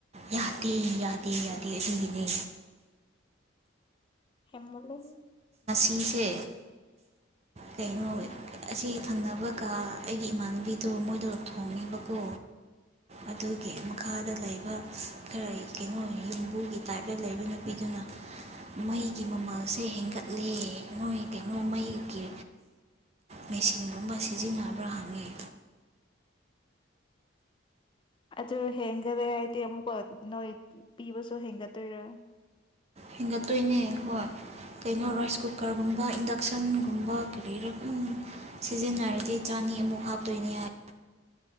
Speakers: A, on the right; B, on the left.
A: ꯌꯥꯗꯦ ꯌꯥꯗꯦ ꯌꯥꯗꯦ ꯑꯗꯨꯒꯤꯅꯦ
B: ꯍꯦꯃꯂ
A: ꯆꯤꯁꯦ ꯀꯩꯅꯣ ꯑꯁꯤ ꯊꯪꯅꯕꯒ ꯑꯩꯒꯤ ꯏꯃꯥꯟꯅꯕꯤꯗꯣ ꯃꯣꯏꯗ ꯊꯣꯡꯉꯦꯕꯀꯣ ꯑꯗꯨꯒꯤ ꯃꯈꯥꯗ ꯂꯩꯕ ꯈꯔ ꯀꯩꯅꯣ ꯌꯨꯝꯕꯨꯒꯤ ꯇꯥꯏꯞꯇ ꯂꯩꯕ ꯅꯨꯄꯤꯗꯨꯅ ꯃꯩ ꯃꯃꯜꯁꯦ ꯍꯦꯟꯒꯠꯂꯦ ꯅꯣꯏ ꯀꯩꯅꯣ ꯃꯩꯒꯤ ꯃꯦꯆꯤꯟꯒꯨꯝꯕ ꯁꯤꯖꯤꯟꯅꯕ꯭ꯔꯥ ꯍꯪꯉꯤ
B: ꯑꯗꯨ ꯍꯦꯟꯒꯠꯂꯦ ꯍꯥꯏꯗꯤ ꯑꯃꯨꯛꯀ ꯅꯣꯏ ꯄꯤꯕꯁꯨ ꯍꯦꯟꯒꯠꯇꯣꯏꯔꯥ
A: ꯍꯦꯟꯒꯠꯇꯣꯏꯅꯦ ꯍꯣꯏ ꯀꯩꯅꯣ ꯔꯥꯏꯁ ꯀꯨꯀꯔꯒꯨꯝꯕ ꯏꯟꯗꯛꯁꯟꯒꯨꯝꯕ ꯀꯔꯤꯔ ꯁꯤꯖꯤꯟꯅꯔꯗꯤ ꯆꯥꯅꯤ ꯑꯃꯨꯛ ꯍꯥꯞꯇꯣꯏꯅꯦ ꯍꯥꯏ